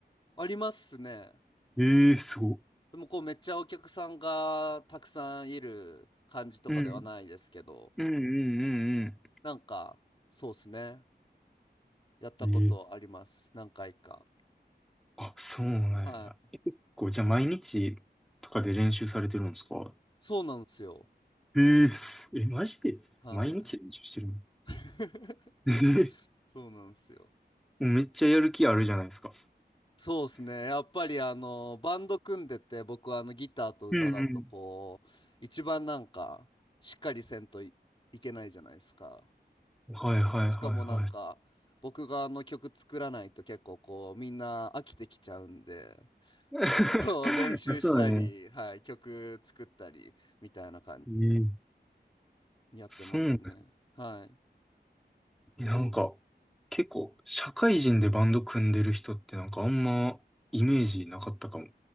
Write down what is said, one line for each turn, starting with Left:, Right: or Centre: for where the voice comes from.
Left: ありますね。
Centre: ええーすごい。
Left: でもこうめっちゃお客さんがたくさんいる感じとかではないですけど、
Centre: うんうんうんうん
Left: なんかそうですね。やったことあります。
Centre: うん。ええ
Left: 何回か。
Centre: あ、そうなんや。
Left: はい。
Centre: <laughs> え、結構、じゃあ毎日とかで練習されてるんですか
Left: そうなんですよ。
Centre: ええす。え、マジで毎日練習してるの
Left: はい。<laughs>
Centre: ええ
Left: そうなんですよ。
Centre: <laughs> もうめっちゃやる気あるじゃないですか。
Left: そうですね。やっぱりあのバンド組んでて僕はあのギターと歌だとこう一番なんかしっかりせんとい、
Centre: うん
Left: いけないじゃないですか。
Centre: うん。はいはいはいはい。
Left: しかもなんか僕があの曲作らないと結構こうみんな飽きてきちゃうんで。
Centre: <laughs>
Left: こう練習したり、
Centre: あそうだね。
Left: はい、曲作ったりみたいな感
Centre: ええ
Left: じやってますね。
Centre: そうだよね
Left: はい。
Centre: えなんか、結構、社会人でバンド組んでる人ってなんかあんまイメージなかったかも。